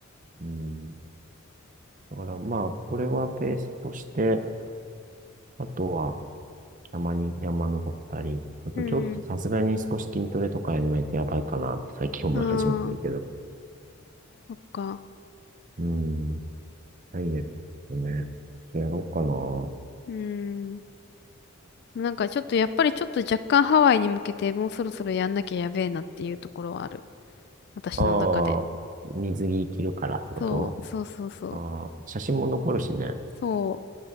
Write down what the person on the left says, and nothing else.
うんうん。ああ、そっか。
うーん。なんかちょっとやっぱりちょっと若干ハワイに向けてもうそろそろやんなきゃやべえなっていうところはある。私の中で。
そう、そうそうそう。
そう。